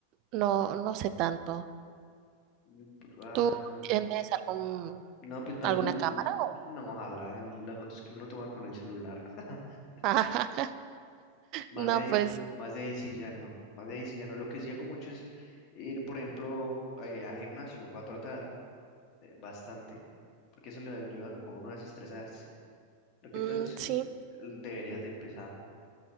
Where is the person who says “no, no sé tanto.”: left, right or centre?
Right